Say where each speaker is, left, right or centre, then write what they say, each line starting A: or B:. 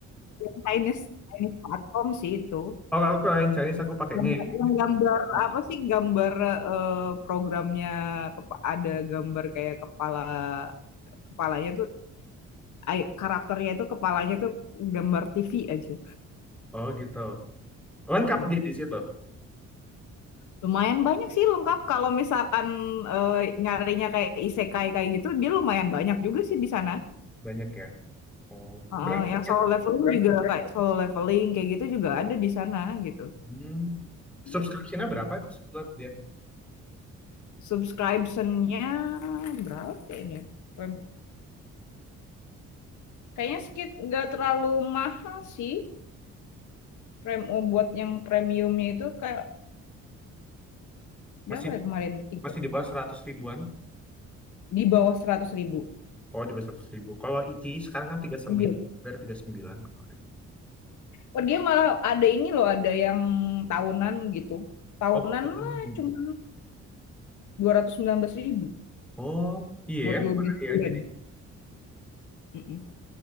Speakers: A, on the left; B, in the centre.
A: yang Chinese Chinese platform sih itu.
B: Oh, aku kalau yang Chinese aku pakainya
A: Gambar
B: yang
A: yang gambar
B: Viji.
A: apa sih, gambar, eee, programnya kepa ada gambar kayak kepala kepalanya tuh, ay karakternya itu kepalanya tuh gambar TV aja,
B: Oh, gitu. Lengkap
A: heeh.
B: dia di situ.
A: Lumayan banyak sih lengkap kalau misalkan, eee, nyarinya kayak isekai kayak gitu, dia lumayan banyak juga sih di sana.
B: Banyak ya. Oh,
A: Heeh,
B: berapa
A: yang solo
B: ya?
A: leveling juga kayak solo leveling kayak gitu juga ada di sana gitu.
B: Hmm.
A: Iya,
B: Subscription-nya berapa tuh sebulan dia?
A: Subscription-nya berapa ini? Prem kayaknya skit nggak terlalu mahal sih, prem buat yang premiumnya itu kayak berapa
B: Masih
A: ya kemarin, tiga
B: masih di bawah 100 ribuan.
A: di bawah seratus ribu
B: Oh, di bawah 100 ribu. Kalau Ichi sekarang kan 39,
A: Iya.
B: bayar 39 kemarin.
A: Oh, dia malah ada ini loh, ada yang tahunan gitu. Tahunan
B: Oh, hmm.
A: mah cuma dua ratus sembilan belas ribu
B: oh, iya,
A: buat
B: ya,
A: dua
B: murah
A: belas
B: ya
A: bulan,
B: jadi.
A: mhm.